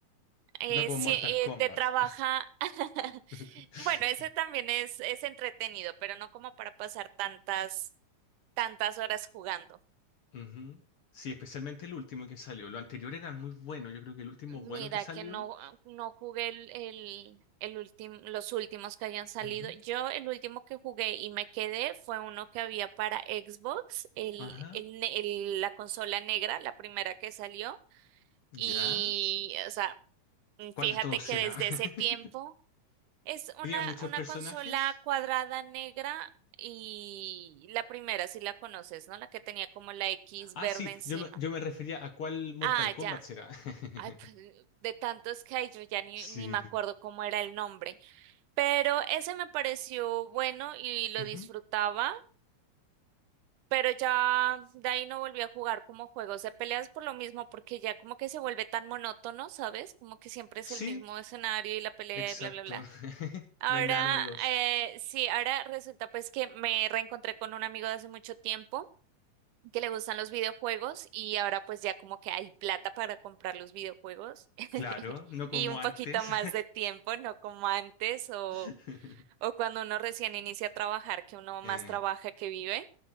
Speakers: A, on the right; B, on the left.
A: eh,
B: No como
A: sí,
B: Mortal
A: eh,
B: Kombat.
A: te trabaja. <laughs>
B: <laughs>
A: Bueno, ese también es, es entretenido, pero no como para pasar tantas, tantas horas jugando.
B: Ujú. Sí, especialmente el último que salió. Lo anterior eran muy buenos. Yo creo que el último
A: Mira
B: bueno que salió.
A: que no, no jugué el, el, el último, los últimos que hayan salido.
B: Ujú.
A: Yo el último que jugué y me quedé fue uno que había para Xbox, el,
B: Ajá.
A: el ne- el- la consola negra, la primera que salió.
B: ¿Ya?
A: Y, o sea, Mm,
B: ¿Cuál
A: Fíjate
B: de todos
A: que
B: era?
A: desde
B: <laughs>
A: ese tiempo es una,
B: ¿Tenía muchos
A: una
B: personajes?
A: consola cuadrada negra y la primera, si la conoces, ¿no? La que tenía como la X
B: Ah,
A: verde
B: sí,
A: encima.
B: yo me, yo me refería a cuál Mortal
A: Ah,
B: Kombat
A: ya.
B: será. <laughs>
A: Ay, pues de tantos que hay, yo ya ni,
B: Sí.
A: ni me acuerdo cómo era el nombre. Pero ese me pareció bueno y lo
B: Ujú.
A: disfrutaba, pero ya de ahí no volví a jugar como juegos de peleas por lo mismo, porque ya como que se vuelve tan monótono, ¿sabes? Como que siempre es el
B: Sí,
A: mismo escenario y la pelea
B: exacto.
A: y bla, bla, bla.
B: <laughs>
A: Ahora,
B: No hay nada novedoso.
A: eh, sí, ahora resulta pues que me reencontré con un amigo de hace mucho tiempo que le gustan los videojuegos y ahora pues ya como que hay plata para comprar los videojuegos <laughs>
B: Claro,
A: y
B: no como
A: un
B: antes.
A: poquito más de tiempo, no como antes o,
B: <laughs>
A: o cuando uno recién inicia a trabajar, que uno
B: Eh,
A: más trabaja que vive.